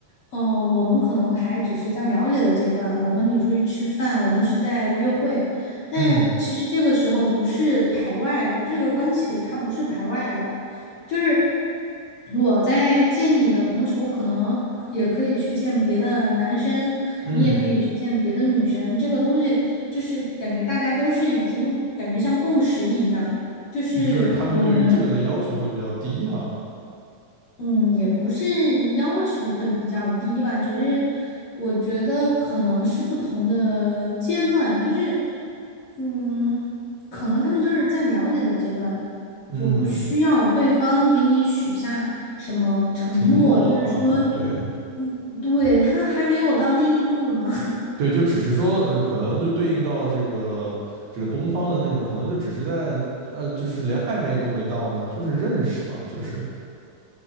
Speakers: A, on the left; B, on the right.
A: 呃，我们可能还只是在了解的阶段啊，我和你出去吃饭，我们是在约会，但其实这个时候不是排外的，
B: 嗯
A: 这个关系它不是排外的，就是我在见你的同时，我可能也可以去见别的男生，
B: 嗯，
A: 你也可以去见别的女生，这个东西就是感觉大家都是已经感觉像共识一样，就是我们。
B: 嗯就是他们对于这个的要求会比较低啊，
A: 嗯，也不是要求会比较低吧，只是我觉得可能是不同的阶段，就是，嗯，可能他们就是在了解的阶段，
B: 嗯，
A: 就不需要对方给你许下什么承诺，
B: 承诺啊，
A: 就是说，
B: 对
A: 嗯，对，他还没有到那一步呢，
B: 对，就只是说呃可能就对应到这个这个东方的那种，可能就只是在呃，就是连暧昧都没到呢，就是认识嘛，就是，